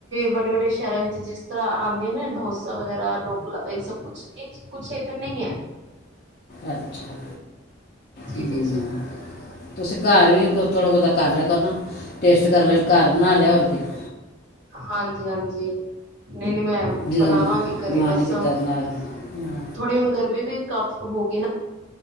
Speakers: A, on the right (about 60°); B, on the left (about 45°).
A: ਵੱਡੇ-ਵੱਡੇ ਸ਼ਹਿਰਾਂ ਵਿੱਚ ਜਿਸ ਤਰ੍ਹਾਂ ਆਂਦੇ ਆ ਨਾ ਡੋਸਾ ਵਗੈਰਾ, ਡੋਕਲਾ ਇਹ ਸਭ ਕੁੱਛ ਇਹ ਕੁੱਛ ਇੱਧਰ ਨਹੀਂ ਐ।
B: ਅੱਛਾ!
A: ਜੀ-ਜੀ-ਜੀ
B: ਹੂੰ ਤੁਸੀਂ ਘਰ ਵੀ ਥੋੜ੍ਹਾ ਬਹੁਤਾ ਕਰ ਲਿਆ ਕਰੋ ਨਾ। ਟੇਸਟ ਕਰ ਲਿਆ, ਘਰ ਬਣਾ ਲਿਆ ਹੋਰ ਕੀ <inaudible>
A: ਹਾਂਜੀ-ਹਾਂਜੀ, ਨਹੀਂ-ਨਹੀਂ ਮੈਂ
B: ਜਦੋਂ
A: ਬਣਾਵਾਂਗੀ ਘਰੇ
B: ਮਨ
A: ਬਸ,
B: ਕੀਤਾ ਬਣਾ ਲਿਆ ਹਾਂ।
A: ਥੋੜ੍ਹੀ ਹੁਣ ਗਰਮੀ ਵੀ ਕਾਫ ਹੋ ਗਈ ਨਾ